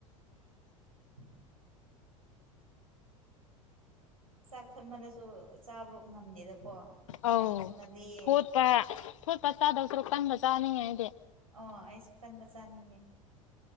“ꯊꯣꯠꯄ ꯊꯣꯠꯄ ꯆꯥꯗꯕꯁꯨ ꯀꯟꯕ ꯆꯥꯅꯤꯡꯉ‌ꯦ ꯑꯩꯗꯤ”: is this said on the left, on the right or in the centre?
Left